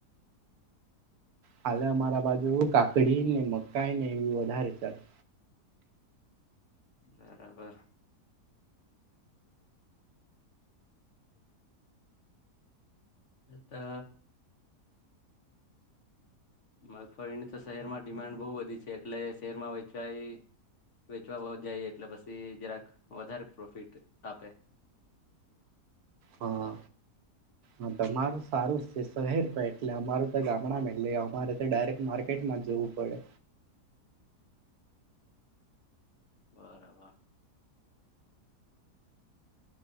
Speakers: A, on the right; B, on the left.
A: હાલે અમારા બાજુ કાકડી મગ કઈ નહી એવી વધારે ચાલે.
B: બરાબર. એ તો મગફળી તો શહેરમાં ડિમાન્ડ બહુ વધી છે એટલે શહેરમાં વેચવા વેચવા જાય એટલે પછી જરાક વધારે પ્રોફિટ આપે.
A: હા, હા તમારું સારું શહેર પ એટલે અમારું તો ગામડામાં એટલે અમારે ડાયરેક્ટ માર્કેટમાં જવું પડે.
B: બરાબર.